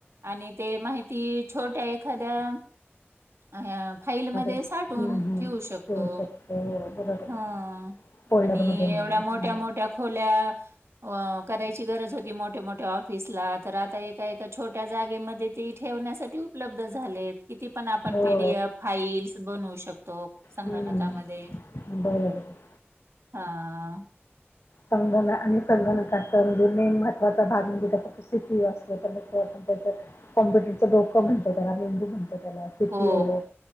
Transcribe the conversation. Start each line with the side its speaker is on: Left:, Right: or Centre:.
Right: आणि ते माहिती ती छोट्या एखाद्या अ फाईलमध्ये
Left: हम्म
Right: साठवून
Left: हम्म
Right: ठेवू शकतो,
Left: शकतो हो बरोबर आहे.
Right: हा.
Left: फोल्डरमध्ये
Right: आणि
Left: म्हणा
Right: एवढ्या मोठ्या
Left: हम्म,
Right: मोठ्या खोल्या अ करायची गरज होती, मोठे मोठे ऑफिसला तर आता एका एका छोट्या जागेमध्ये ती ठेवण्यासाठी उपलब्ध झाले किती, पण आपण
Left: हो
Right: पीडीएफ फाईल्स बनवू शकतो संगणकामध्ये.
Left: हम्म बरोबर आहे.
Right: हा आ.
Left: संगणक आणि संगणकाचा म्हणजे मेन महत्त्वाचा भाग म्हणजे <unintelligible> असते त्या कॉम्प्युटरच डोकं म्हणतो त्याला मेंदू म्हणतो. सीपीओ
Right: हो,